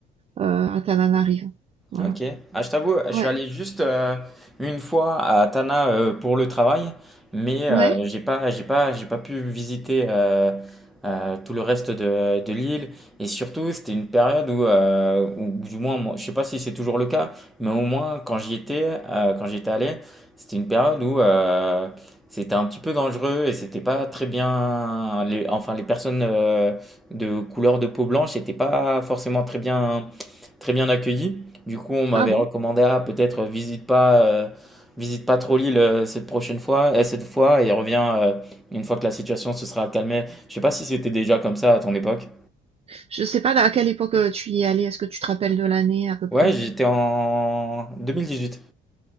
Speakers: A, on the right; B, in the centre.
A: euh, à Tananarive. Voilà.
B: Ok. Ah, je t'avoue, je
A: Ouais,
B: suis allé juste euh, une fois à Tana euh, pour le travail, mais
A: ouais.
B: euh, j'ai pas, j'ai pas, j'ai pas pu visiter euh, euh, tout le reste de, de l'île. Et surtout, c'était une période où, euh, où, du moins, moi, je sais pas si c'est toujours le cas, mais au moins quand j'y étais, euh, quand j'étais allé, c'était une période où euh, c'était un petit peu dangereux et c'était pas très bien. Les, enfin, les personnes euh, de couleur de peau blanche n'étaient pas forcément très bien, très bien accueillies. Du coup, on m'avait
A: Ah bon.
B: recommandé à peut-être euh, visite pas, euh, visite pas trop l'île euh, cette prochaine fois, et cette fois, et reviens euh, une fois que la situation se sera calmée. Je sais pas si c'était déjà comme ça à ton époque.
A: Je sais pas à quelle époque euh, tu y es allé. Est-ce que tu te rappelles de l'année à peu près?
B: Ouais, j'étais en 2018.